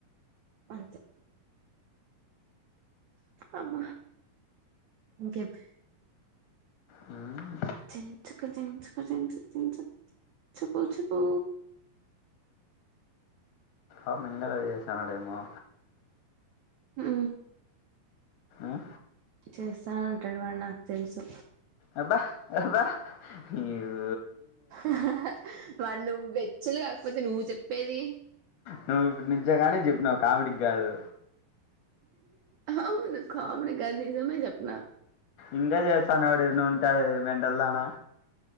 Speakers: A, on the right; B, on the left.
A: అంతే అమ్మ ఇంకెప్
B: మ్మ్.
A: చించుక్ చించుక్ చించుక్ చించు చెపు చెపూ
B: ఆ మెంగల ఏసానడేమో
A: ఊ
B: అ
A: చేస్తానంటాడు వాడు నాకు తెలుసు
B: అబ్బా అబ్బా నీవు
A: అహహ మ నువ్ వెచ్చలు కాకపోతే నువ్వు చెప్పేది
B: నువ్ ఇప్పుడు నిజ్జంగానే చెప్పినావ్ కామెడీ గ్గాదు
A: అవును కామిడి గాదు నిజమే జెప్నా
B: ఇంగా జేస్తాన్నోడు ఈడ్నే ఉంటాడు మెంటల్ దానా